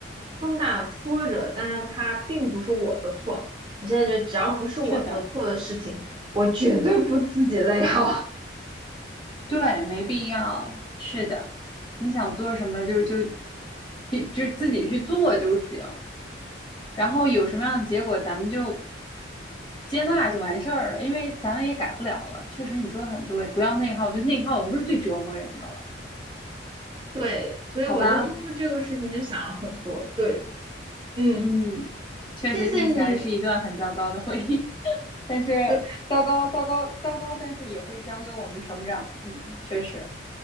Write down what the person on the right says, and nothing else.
重大挫折，但是它并不是我的错。我现在觉得，只要不是我的错的事情，
我绝对不自己内耗。
<laughs> 对，所以我就通过这个事情就想了很多。
对，嗯，
谢谢你。
对，